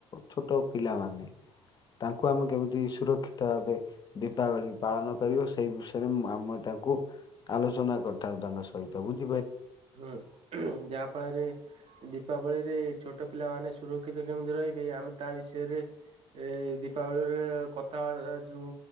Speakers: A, on the left; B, on the right.
A: ଛୋଟ ପିଲାମାନେ ତାଙ୍କୁ ଆମେ କେମିତି ସୁରକ୍ଷିତ ଭାବେ ଦୀପାବଳି ପାଳନ କରିବ ସେଇ ବିଷୟରେ ମୁଁ ଆମେ ତାଙ୍କୁ ଆଲୋଚନା କରି ତାଙ୍କ ସହିତ ବୁଝି
B: ହଁ ଯାହା ଫଳରେ ଦୀପାବଳିରେ ଛୋଟ ପିଲାମାନେ ସୁରକ୍ଷିତ କେମିତି ରହିବେ ଆମେ ତା ବିଷୟରେ ଏ ଦୀପାବଳିରେ କଥାବାର୍ତ୍ତା ଯୋଉ